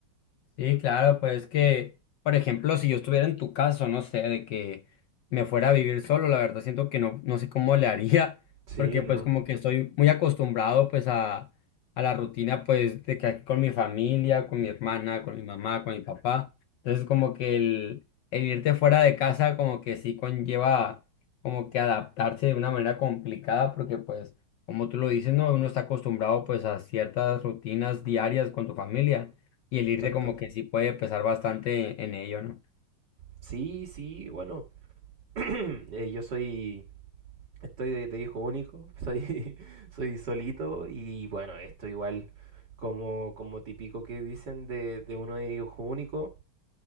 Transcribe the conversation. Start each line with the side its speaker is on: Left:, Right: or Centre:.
Left: Sí, claro, pues que, por ejemplo, si yo estuviera en tu caso, no sé, de que me fuera a vivir solo, la verdad siento que no, no sé cómo le haría, <laughs>
Right: Sí,
Left: porque
Right: no,
Left: pues como que estoy muy acostumbrado pues a, a la rutina pues de que aquí con mi familia, con mi hermana, con mi mamá, con mi papá, entonces como que el, el irte fuera de casa como que sí conlleva como que adaptarse de una manera complicada, porque pues como tú lo dices, no, uno está acostumbrado pues a ciertas rutinas diarias con tu familia. Y el irte
Right: exacto.
Left: como que sí puede pesar bastante en, en ello, ¿no?
Right: Sí, sí, bueno. <clears throat> Eh, yo soy, estoy de, de hijo único, soy, <laughs> soy solito y bueno, esto igual como, como típico que dicen de, de uno de hijo único,